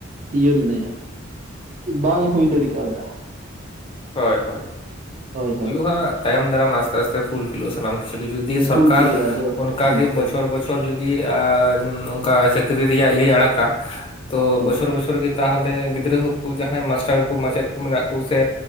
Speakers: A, on the right; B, on the left.
A: ᱤᱭᱟᱹ ᱢᱮᱱᱟᱭᱟ ᱵᱟᱝ ᱦᱩᱭ ᱫᱟᱲᱮ ᱠᱟᱣᱫᱟ
B: ᱦᱳᱭ ᱦᱳᱭ
A: ᱦᱳᱭ ᱦᱳᱭ
B: ᱦᱩᱭᱩᱜ ᱦᱟᱸᱜ ᱛᱟᱭᱚᱢ ᱫᱟᱨᱟᱢ ᱟᱥᱛᱮ ᱟᱥᱛᱮ ᱯᱷᱩᱞ ᱯᱷᱤᱞᱚᱜ ᱥᱟᱱᱟᱢ ᱠᱪ ᱡᱩᱫᱤ ᱥᱚᱨᱠᱟᱨ
A: ᱯᱷᱩᱞᱯᱷᱤᱞᱚᱜᱼᱟ ᱟᱫᱚ
B: ᱚᱱᱠᱟᱜᱮ
A: ᱦᱳᱭ
B: ᱵᱚᱪᱷᱚᱨ ᱵᱚᱪᱷᱚᱨ ᱡᱩᱫᱤ ᱚᱱᱠᱟ ᱪᱟᱹᱠᱨᱤ ᱨᱮᱭᱟᱜ ᱤᱭᱟᱹᱭ ᱟᱲᱟᱜᱟ ᱛᱚ
A: ᱦᱳᱭ
B: ᱵᱚᱪᱷᱚᱨ ᱵᱚᱪᱷᱚᱨ ᱜᱮ ᱛᱟᱦᱚᱞᱮ ᱜᱤᱫᱽᱨᱟᱹ ᱦᱚᱸᱠᱩ ᱡᱟᱦᱟᱸᱭ ᱢᱟᱥᱴᱟᱨ ᱠᱚᱠᱚ ᱢᱟᱪᱮᱫ ᱠᱚ ᱢᱮᱱᱟᱜ ᱠᱚ ᱥᱮ